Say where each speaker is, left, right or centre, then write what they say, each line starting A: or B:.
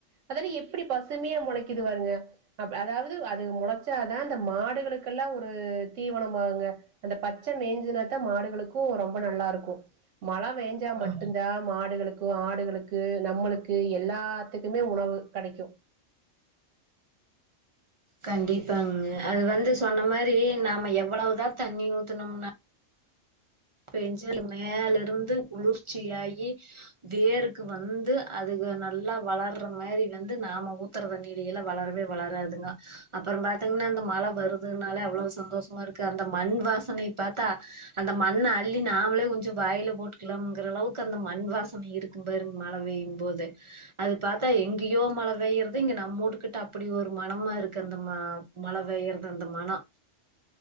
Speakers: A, on the right; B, on the right.
A: அதுலா எப்டி பசுமையா மொளைக்குது பாருங்க அ அதாவுது அது மொளச்சாதா இந்த மாடுகளுக்கெல்லா ஒரு தீவனோ ஆவுங்க அந்த பச்ச மேஞ்துனாத்தா மாடுகளுக்கு ரொம்ப நல்லா இருக்கு மழ பேஞ்சா மட்டுதா
B: ஆமா
A: மாடுகளுக் கு ஆடுகளுக்கு நம்மளுக்கு எல்லாத்துக்குமே உணவு கெடைக்கு
B: கண்டிப்பாங்க அது வந்து சொன்ன மாரி நாம எவ்ளோதா தண்ணி ஊத்துனும்னா பெஞ்சாலு மேல இருந்து குளிர்ச்சி ஆயி வேருக்கு வந்து அதுக நல்லா வளர்ற மேரில்லிந்து நாம ஊத் த்திர தண்ணீலேயெல்லா வளரவே வளராதுங்க அப்றோ பாத்தீங்கன்னா இந்த மழ வருதுனாலே அவ்ளோ சந்தோஷமா இருக்கு அந்த மண் வாசனைப் பாத்தா அந்த மண்ண அ அள்ளி நாமளே கொஞ்சோ வாயில போட்டுக்கலாம்ங்கிற அளவுக்கு அந்த மண் வாசனை இருக்கும்பாருங் மழ பெயு போது அது பாத்தா எங்கியோ மழ பெயறது இங்க நம்மூட்டுக்கிட்ட அப்டி ஒரு மனமா இருக்கு அந்த மா மழ பெய்றது அந்த மனோ
A: <inaudible>